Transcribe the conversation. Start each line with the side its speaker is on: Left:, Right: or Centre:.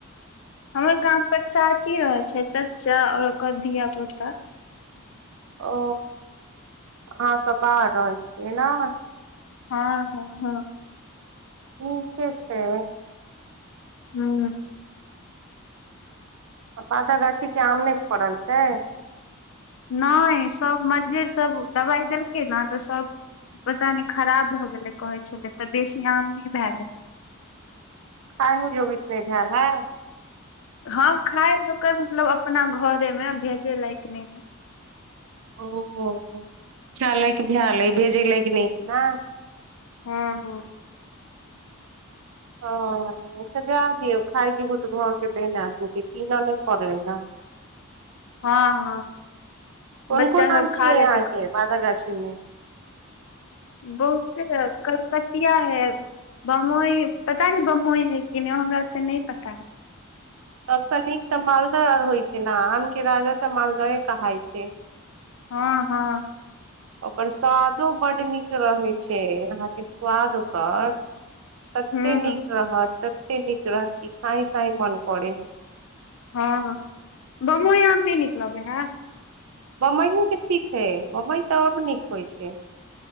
Left: हमर गाम पर चाची रहे छै चाचा आऔर ओकर धिया पुता
Right: ओ अहाँ सब बाहर रहल छीयै ने
Left: हँ हँ हँ
Right: उ कै छै
Left: हुँ
Right: बादअ गाछी के आम नहि फड़ल छै
Left: नहि सब मजजर सब दबाइ देलकै ने तऽ सब पता नहि खराब भऽ गेलै कहै छलै तऽ बेसी आम नहि भए गेलै
Right: खाए जोगीत नहि ध्यान हँ
Left: हँ खाय जकर मतलब अपना घरे मे भेजे लायक नहि ह
Right: ओ खाय लायक भैल है भेजे लायक नहि है न
Left: हँ हँ
Right: ह अच्छा जा दियौ खाइ जग त भऽ गेलै ने आदमी के कीनऽ नहि पड़ले ने
Left: हँ हँ
Right: कोन
Left: बच्चा
Right: कोन
Left: सब
Right: आम
Left: खा
Right: छिय
Left: लेतै
Right: यहाँ के बाद गाछी मे
Left: बहुते कलकतिया है बम्बई पता न बम्बई है कि ने हमरा ओते नहि पता है
Right: सबस नीक तऽ मालदाह आर होइ छै ने आम के राजा तऽ मालदहे कहलाई छै
Left: हँ हँ
Right: ओकर स्वादो बड्ड नीक रहै छै अहाँके स्वाद ओकर तते
Left: हूँ
Right: नीक रहत तते नीक रहत कि खााय खााय मन करे
Left: हँ बमबइ आम नहि नीक लगै है
Right: बम्बइयो के ठीक है बम्बई तऽ अब नीक होइ छै